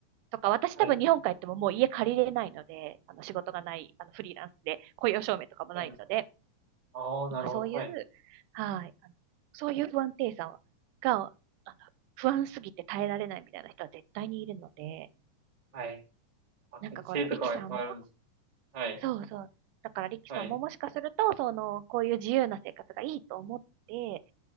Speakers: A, on the right; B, on the right.
A: とか、私多分日本帰ってももう家借りれないので、
B: はい。
A: あの、仕事がない、あの、フリーランスで、雇用証明とかもないので、
B: うん。あー、
A: なんかそういう、
B: なるほど、はい。
A: はい、あのそういう不安定さはが、あの、不安すぎて耐えられないみたいな人は絶対にいるので、
B: うん。はい。あ、
A: なんかこれ、
B: 適性とかはいっぱいあるんです。
A: リキさんも、
B: はい、
A: そうそう。だからリキさんももしかすると、
B: はい、
A: その、こういう自由な生活がいいと思って、